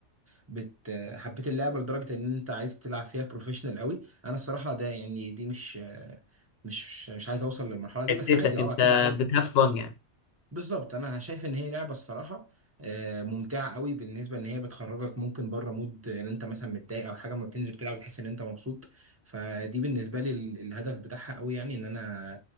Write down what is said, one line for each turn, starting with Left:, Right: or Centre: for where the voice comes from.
Right: بت حبيت اللعبة لدرجة ان انت عايز تلعب فيها بروفيشنال قوي انا الصراحة ده يعني دي مش مش مش عايز اوصل للمرحلة دي
Left: حتتك
Right: بس عادي اه
Left: انت
Right: اكيد عايز
Left: بتهفن يعني
Right: بالظبط انا شايف ان هي لعبه الصراحه آه، ممتعه قوي بالنسبه ان هي بتخرجك ممكن بره مود ان انت مثلا متضايق او حاجه ما بتنزل تلعب بتحس ان انت مبسوط فدي بالنسبه لي ال- الهدف بتاعها قوي يعني ان انا